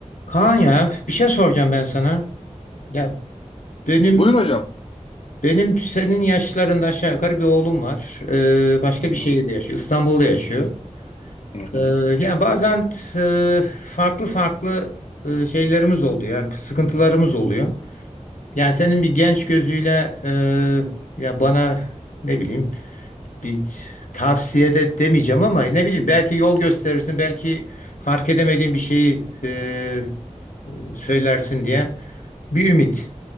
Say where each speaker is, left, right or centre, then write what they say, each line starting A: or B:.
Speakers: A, on the left; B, on the left.
A: Kaan ya bir şey soracağım ben sana. Ya benim
B: Buyurun hocam.
A: benim senin yaşlarında aşağı yukarı bir oğlum var. Ee, başka
B: Hı
A: bir şehirde
B: hı,
A: yaşıyor. İstanbul'da yaşıyor.
B: hı hı,
A: Ee, yani bazen e, farklı farklı e, şeylerimiz oluyor. Yani sıkıntılarımız oluyor. Yani senin bir genç gözüyle e, ya bana ne bileyim bir tavsiye de demeyeceğim ama ne bileyim belki yol gösterirsin belki fark edemediğin bir şeyi e, e, söylersin diye bir ümit.